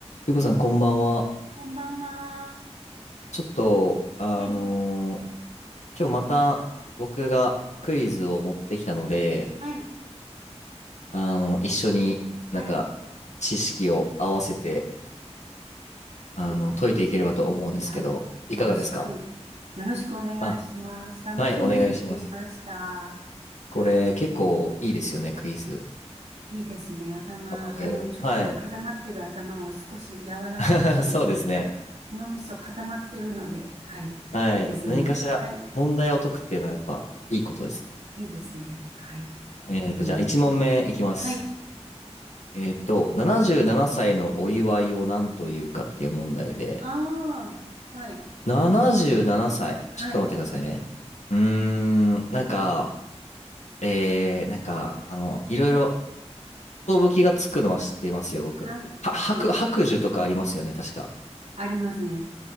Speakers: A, on the left; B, on the right.
A: ゆうこさん、こんばんは。
B: こんばんは。
A: ちょっと、あのー
B: はい、
A: 今日また僕がクイズを持ってきたので、
B: はい、
A: あの、一緒になんか知識を合わせて、
B: はい。
A: あの、
B: い
A: 解いていければと思うんですけど、
B: はい。
A: いかがですか
B: よろしく。よろしくお願いします。
A: あ、
B: 楽しみにしていました。
A: はい、お願いします。これ結構いいですよね、
B: はい。
A: クイズ。
B: いいですね。頭、
A: たまにやるのも。
B: あの、ちょっと固まってる頭を少し柔らかくするというか、
A: はい。<laughs> そうですね。
B: 脳みそ固まってるので、はい。
A: はい。
B: いいですね。
A: 何かしら問題を解くっていうのはやっぱいいことですね。
B: はい。いいですね。はい。
A: えっと、
B: うん。
A: じゃあ1問目いきます。
B: はい。
A: えっと、77歳のお祝いを何というかっていう問題で、
B: ああ、はい。
A: 77歳。
B: はい。
A: ちょっと待ってくださいね。うーん、なんか、えー、なんか、あの、いろいろ、寿がつくのは知ってますよ、僕。
B: はい。
A: は、白、
B: はい。
A: 白寿とかありますよね、確か。
B: ありますね。